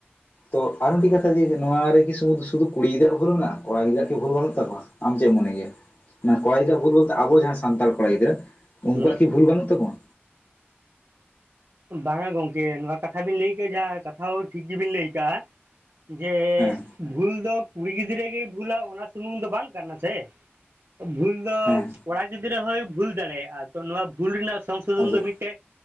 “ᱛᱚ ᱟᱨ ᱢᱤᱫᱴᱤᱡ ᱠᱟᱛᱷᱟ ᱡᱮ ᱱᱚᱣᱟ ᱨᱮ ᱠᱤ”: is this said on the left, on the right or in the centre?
Left